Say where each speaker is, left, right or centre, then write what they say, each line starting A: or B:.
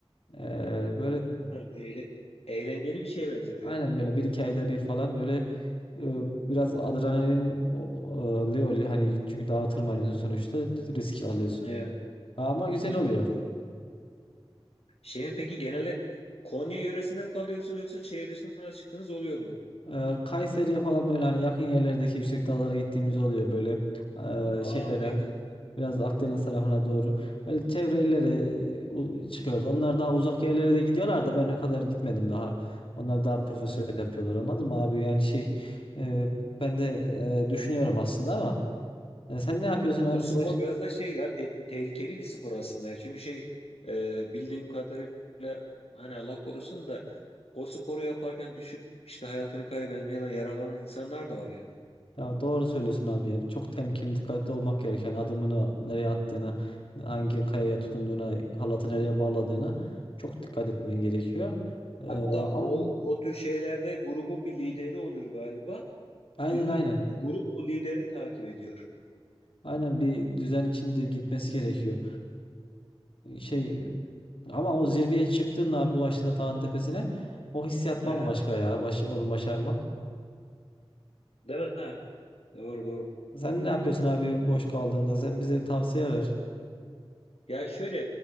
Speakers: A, on the left (about 60°); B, on the left (about 85°).
A: Eee, böyle
B: eğle- eğlenceli bir şeye benziyor
A: Aynen
B: ya.
A: böyle bir iki ayda bir falan böyle e, biraz adrenalin o- e, oluyor. Hani çünkü dağa tırmanıyorsun sonuçta risk alıyorsun.
B: Evet.
A: Ama güzel
B: Hı hı.
A: oluyor.
B: Şeyin peki genelde Konya yöresinde mi kalıyorsunuz yoksa şehir dışına çıktığınız oluyor mu?
A: E, Kayseri'ye falan böyle hani yakın yerlerdeki yüksek dağlara gittiğimiz oluyor böyle
B: Aa
A: e, şeylere
B: ne güzel. Ne güzel.
A: biraz Akdeniz tarafına doğru böyle çevre illere e, u- çıkıyoruz. Onlar daha uzak yerlere de gidiyorlar da ben o kadar gitmedim daha. Onlar daha profesyonel
B: Hı hı.
A: yapıyorlar anladın mı abi? Yani şey e, ben de e, düşünüyorum aslında ama. Ya sen ne yapıyorsun abi?
B: O spor
A: Boş.
B: biraz da şey ya te- tehlikeli bir spor aslında ya. Çünkü şey e, bildiğim kadarıyla hani Allah korusun da o sporu yaparken düşüp işte hayatını kaybeden ya da yaralanan insanlar da var yani.
A: Ya doğru söylüyorsun abi ya. Çok temkinli, dikkatli olmak gereken adımını nereye attığına, hangi kayaya tutunduğuna, halatı nereye bağladığına çok dikkat etmen gerekiyor. Ee,
B: Hatta
A: ama
B: o o tür şeylerde grubun bir lideri oluyor galiba.
A: aynen
B: Bütün
A: aynen.
B: grup o lideri takip ediyor.
A: Aynen bir düzen içinde gitmesi gerekiyor. Ee, şey ama o zirveye çıktığında abi ulaştığında dağın tepesine o hissiyat
B: Aha,
A: bambaşka ya. Baş, onu başarmak.
B: değil mi? Ha, Doğru doğru.
A: Sen ne yapıyorsun abi boş kaldığında? Sen bize tavsiye ver.
B: Ya şöyle